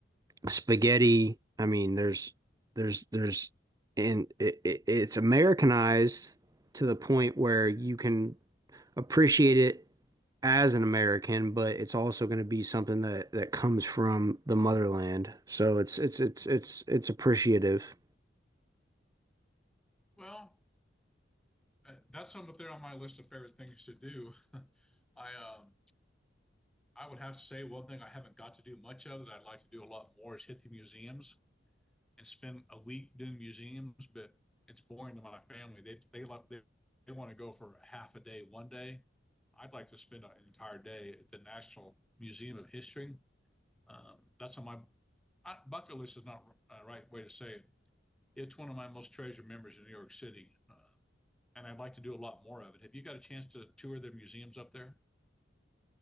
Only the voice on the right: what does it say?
spaghetti. I mean, there's there's there's and it, it, it's Americanized to the point where you can appreciate it as an American, but it's also going to be something that that comes from the motherland. So it's it's it's it's it's appreciative.